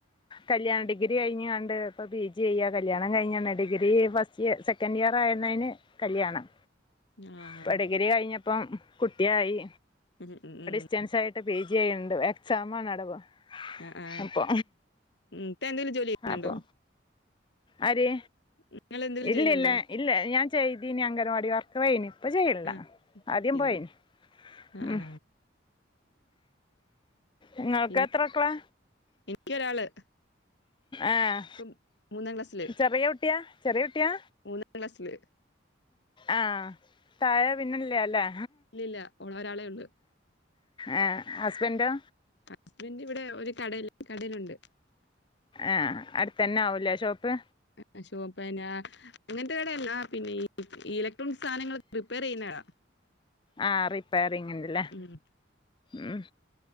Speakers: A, on the left; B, on the left.
A: കല്യാൺ ഡിഗിരി കഴിഞ്ഞ ആണ്ട് ഇപ്പ പി ജി ചെയ്യാനല്ലേ കല്യാണം കഴിഞ്ഞന്ന് ഡിഗിരി ഫസ് റ്റിയ സെക്കൻഡ് ഇയർ ആയുന്നേന്ന് കല്യാണം
B: ആ
A: ഇപ്പ ഡിഗിരി കഴിഞ്ഞപ്പം കുട്ടിയായി
B: <unintelligible>
A: ഡിസ്‌റ്റൻസായിട്ട് പി ജി ചെയ്യണ്ട് എക്സാമണവടിപ്പോ
B: ആ ആ ഉം,
A: അപ്പൊ
B: ഇത്ത എന്തെങ്കിലും ജോലി ചെയ്യുന്നുണ്ടോ
A: അപ്പൊ ആര്
B: നിങ്ങൾ എന്തെങ്കിലും
A: ഇല്ലില്ലാ
B: ചെയ്യുന്നുണ്ടോ
A: ഇല്ലാ ഞാൻ ചെയ്യ്തീന് അങ്ക്നാവാടി വർ വൈയിനി ഇപ്പ ചെയണില്ല
B: ആ ഇപ്പ
A: ആദ്യം
B: ചെയ്യുന്നു
A: പോയിന്
B: ആ
A: ഉം
B: ആ
A: ഇങ്ങൾക്ക്
B: പിന്നെ
A: എത്രക്കളാ
B: എനിക്കൊരാള്
A: ആഹ്
B: ഇപ്പം മൂന്നാം ക്ലാസ്സില്
A: ചെറിയയുട്ടിയാ ചെറിയുട്ടിയാ
B: ന്നാസില്
A: ആഹ് താഴെ പിന്നെല്ലേ അല്ലേ
B: ഇല്ലില്ലാ ഓളൊരാളെ ഉള്ളു
A: ആഹ് ഹസ്ബൻഡോ
B: ഹസ്ബൻഡ് ഇവടെ ഒരു കടേല് കടേലുണ്ട്
A: ആഹ് അടുത്തന്നെ ആവൂലേ ഷോപ്പ്
B: അ ഷോപ്പയിനാ അങ്ങനത്തെ കടയല്ല പിന്നെ ഈ ഈ ഇലക്ട്രോണിക് സാധനങ്ങള് റിപ്പയറ് ചെയ്യുന്ന കട
A: ആഹ് റിപ്പയറിങ്ങിന്റെ ല്ലേ
B: ഉം
A: ഉം